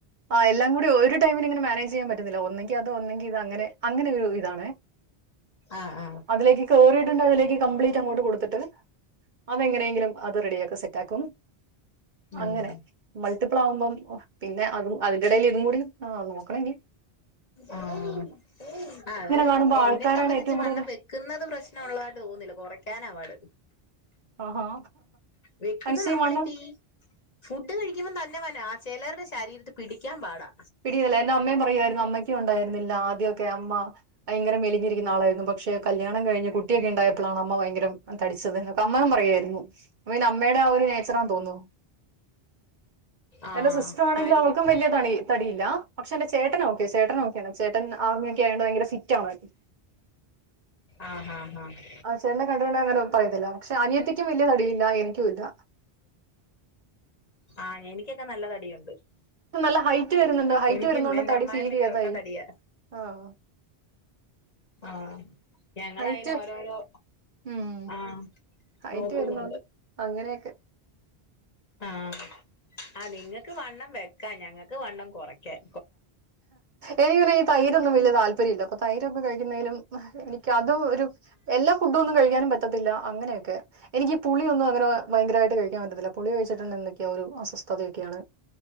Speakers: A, on the right; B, on the left.
A: ആഹ് എൽ എല്ലാം കൂടി ഒരു ടൈമിന് ഇങ്ങനെ മാനേജ് ചെയ്യാൻ പറ്റുന്നില്ല ഒന്നെങ്കി അത് ഒന്നെങ്കി ഇത് അങ്ങനെ അങ്ങനെ ഒരു ഇതാണെ
B: ആഹ് ആഹ്
A: അതിലേക്ക് കേറി <unintelligible> അതിലേക്ക് കംപ്ലീറ്റ് അങ്ങോട്ട് കൊടുത്തിട്ട് അതെങ്ങനെങ്കിലും അത് റെഡിയാക്കി സെറ്റാക്കും
B: ഉം
A: അങ്ങനെ മൾട്ടിപ്പിൾ ആവുമ്പം <unintelligible> പിന്നെ അതും അതിന്റെ എടയിൽ ഇതും കൂടി ആ നോക്കണെനി
B: ആഹ് ആഹ് അത്
A: കാണുമ്പോ
B: എന്നെ
A: ആൾക്കാരാണ്
B: സംബന്ധിച്ച്
A: ഏറ്റവും കൂടുതൽ
B: വണ്ണം വെക്കുന്നത് പ്രശ്നം ഒള്ളതായിട്ട് തോന്നുന്നില്ല കുറയ്ക്കാനാ പാട്
A: ആഹാ
B: വെക്കുന്ന
A: ഐസി
B: നമ്മളി
A: വണ്ണം
B: തീ ഫുഡ് കഴിക്കുമ്പം തന്നെ വന്നാ ചെലര്ടെ ശരീരത്തി പിടിക്കാൻ പാടാ
A: പിടല്ല എന്റെ അമ്മയും പറയുവാ യിരുന്നു അമ്മയ്ക്കും ഉണ്ടായിരുന്നില്ല ആദ്യമൊക്കെ അമ്മ ഭയങ്കര മെലിഞ്ഞിരിക്കുന്ന ആളായിരുന്നു പക്ഷെ കല്യാണം കഴിഞ്ഞ് കുട്ടിയൊക്കെ ഇണ്ടായപ്പളാണ് അമ്മ ഭയങ്കരം തടിച്ചത് എന്നൊക്കെ അമ്മയും പറയുവായിരുന്നു അത് പിന്നെ അമ്മേടെ ആ ഒരു നേച്ചറാ തോന്നുന്നു
B: ആഹ്
A: എന്റെ സിസ്റ്റർ ആണെങ്കി
B: ആയിരിക്കും
A: അവൾക്കും വല്യ തടി ല്ല പക്ഷെ എന്റെ ചേട്ടന ഓക്കെ ചേട്ടന ഓക്കെയ ചേട്ടൻ ആർമി യൊക്കെ ആയണ്ട് ഭയങ്കര ഫിറ്റ് ആണ്
B: ആഹ് ആഹ് ആഹ്
A: ആ ചേട്ടനെ കണ്ട്ട്ട്ണ്ടെ അങ്ങനെ പറയത്തില്ല പക്ഷെ അനിയത്തിക്കും വെല്യ തടിയില്ല എനിക്കും ഇല്ല
B: ആ എനിക്കൊക്കെ നല്ല തടിയു
A: നല്ല ഹൈറ്റ് വരുന്നുണ്ട് ഹൈറ്റ്
B: എനിക്കും
A: വരുന്നോണ്ട്
B: എന്റെ
A: തടി
B: അമ്മായമ്മക്കും
A: ഫീൽ ചെയ്യാതായി
B: ഒക്കെ തടിയ
A: ആഹ്
B: ആഹ് ഞങ്ങളയിന്
A: ഹൈറ്റ്
B: ഓരോരോ
A: ഉം
B: ആഹ്
A: ഹൈറ്റ്
B: നോക്കുന്നു
A: വരുന്നോണ്ട് അങ്ങനെയൊക്കെ
B: ആ ആ നിങ്ങക്ക് വണ്ണം വെക്കാ ഞങ്ങൾക്ക് വണ്ണം കുറയ്ക്കാൻ
A: എനിക്ക് ഈ തൈരൊന്നും വലിയ താല്പര്യം ഇല്ല അപ്പ തൈരൊന്നും കഴിക്കുന്നേനും എനിക്ക് അതും ഒരു എല്ലാ ഫുഡും ഒന്നും കഴിക്കാനും പ റ്റത്തില്ല. അങ്ങനെയൊക്കെ. എനിക്ക് പുളിയൊന്നും അങ്ങന ഭയങ്കരമായിട്ട് കഴിക്കാൻ പറ്റത്തില്ല പുളി കഴിച്ചിട്ടെന്നെ എന്തൊക്കെയൊ ഒരസ്വ സ്ഥതയൊക്കെയാണ്